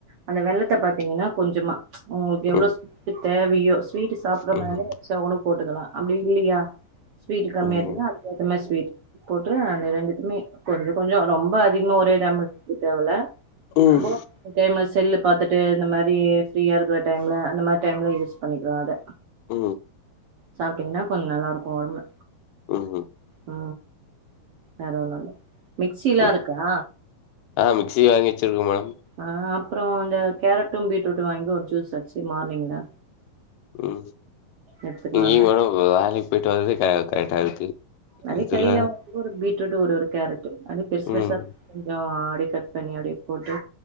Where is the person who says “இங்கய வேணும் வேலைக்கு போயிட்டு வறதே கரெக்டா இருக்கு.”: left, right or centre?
Left